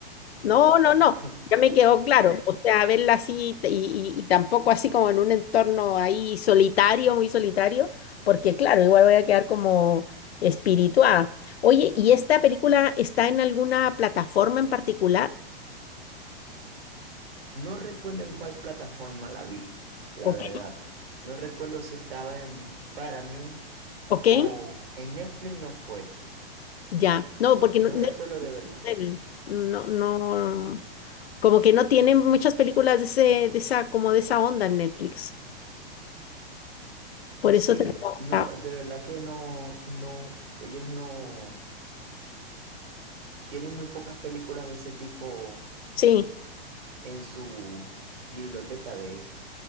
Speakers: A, on the right (about 70°); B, on the left (about 85°).
A: <laughs>
B: No, no, no, ya me quedó claro. O sea, verla así t- y, y- y tampoco así como en un entorno ahí solitario, muy solitario, porque claro, igual voy a quedar como espirituada. Oye, ¿y esta película está en alguna plataforma en particular?
A: No recuerdo en cuál plataforma la vi, la
B: Ok.
A: verdad. No recuerdo si estaba en Paramount
B: ¿Ok?
A: o en Netflix no fue.
B: Ya. No, porque no,
A: No
B: ne-
A: recuerdo de verdad.
B: ne- no, no, como que no tienen muchas películas de ese, de esa, como de esa onda en Netflix. Por
A: Sí,
B: eso te preguntaba.
A: no, de verdad que no, no, ellos no tienen muy pocas películas de ese tipo
B: Sí.
A: en su biblioteca de,